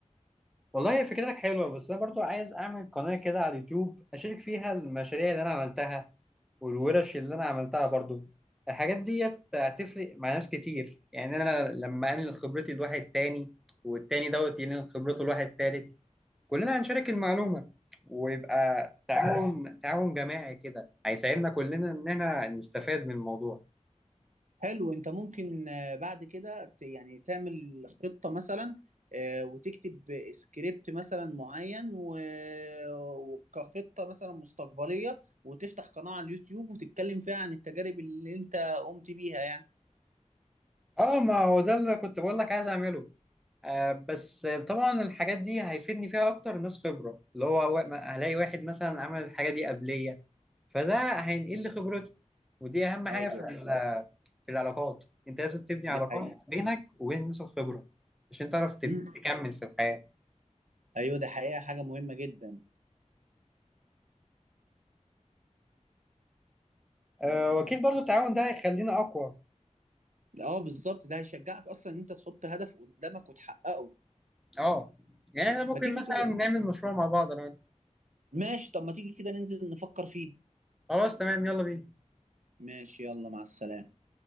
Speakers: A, in the centre; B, on the right.
A: والله هي فكرتك حلوة بس أنا برضو عايز أعمل قناة كده على اليوتيوب أشارك فيها المشاريع اللي أنا عملتها والورش اللي أنا عملتها برضو الحاجات ديت هتفرق مع ناس كتير يعني أنا لما أنقل خبرتي لواحد تاني والتاني دوت ينقل خبرته لواحد تالت كلنا هنشارك المعلومة ويبقى تعاون <laughs> تعاون جماعي كده هيساعدنا كلنا إننا نستفاد من الموضوع
B: حلو انت ممكن آه، بعد كده ت- يعني تعمل خطة مثلا آه، وتكتب سكريبت مثلا معين و- وكخطة مثلا مستقبلية وتفتح قناة على اليوتيوب وتتكلم فيها عن التجارب اللي انت قمت بيها يعني
A: اه ما هو ده اللي كنت بقول لك عايز اعمله آه بس طبعا الحاجات دي هيفيدني فيها اكتر ناس خبرة اللي هو وا- هلاقي واحد مثلا عمل الحاجة دي قبلية فده هينقل لي خبرته ودي اهم حاجة
B: ايوه
A: في ال- في العلاقات انت لازم تبني علاقات
B: دي حقيقة
A: بينك وبين الناس الخبرة عشان تعرف تب-
B: مم.
A: تكمل في الحياة
B: ايوه ده حقيقة حاجة مهمة جدا
A: آه، واكيد برضو التعاون ده هيخلينا اقوى
B: اه بالظبط ده هيشجعك اصلا ان انت تحط هدف قدامك وتحققه
A: اه يعني احنا ممكن
B: ما تيجي
A: مثلا
B: كده
A: نعمل مشروع مع بعض انا وانت
B: ماشي طب ما تيجي كده ننزل نفكر فيه
A: خلاص تمام يلا بينا
B: ماشي يلا مع السلامة